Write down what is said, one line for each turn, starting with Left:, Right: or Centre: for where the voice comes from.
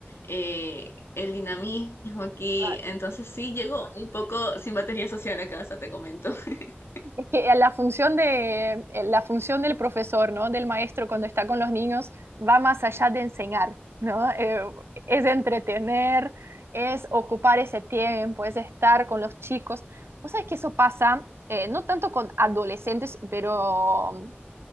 Left: eh, el dinamismo aquí.
Right: Claro.
Left: Entonces sí, llego un poco sin batería social a casa, te comento. <laughs>
Right: Es que la función de, eh, la función del profesor, ¿no? Del maestro cuando está con los niños va más allá de enseñar, ¿no? Eh, es entretener, es ocupar ese tiempo, es estar con los chicos. Vos sabés que eso pasa, eh, no tanto con adolescentes, pero